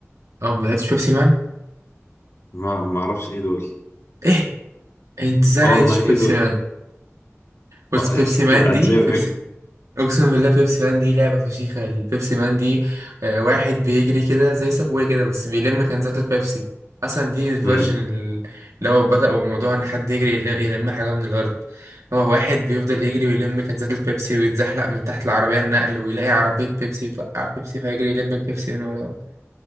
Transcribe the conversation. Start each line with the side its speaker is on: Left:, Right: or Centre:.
Right: اه ما لعبتش بيبسي مان
Left: ما ما اعرفش ايه دول
Right: ايه انت ازاي
Left: اه
Right: لعبتش
Left: والله ايه
Right: بيبسي
Left: دول
Right: مان بس
Left: آه، <laughs>
Right: بيبسي مان
Left: عاد
Right: دي
Left: سايبك
Right: اقسم بالله بيبسي مان دي لعبه فشيخه البيبسي مان دي آه، واحد بيجري كده زي سابوي كده بس بيلم كنزات البيبسي اصلا دي الفيرجن
Left: امم
Right: اللي هو بدأوا موضوع ان حد يجري يل- يلم حاجه من الارض هو واحد بيفضل يجري ويلم كنزات البيبسي ويتزحلق من تحت العربيه النقل ويلاقي عربيه بيبسي توقع بيبسي فيجري يلم البيبسي من وراه